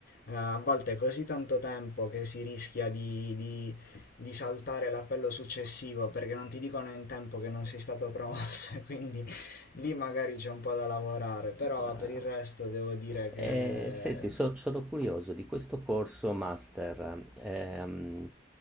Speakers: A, on the left; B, in the centre.
A: eh, a volte è così tanto tempo che si rischia di, di- di saltare l'appello successivo perché non ti dicono in tempo che non sei stato promosso, <laughs> quindi lì magari c'è un po' da lavorare, però
B: Eh,
A: per il resto devo dire
B: eh,
A: che
B: senti, so- sono curioso di questo corso master. ehm,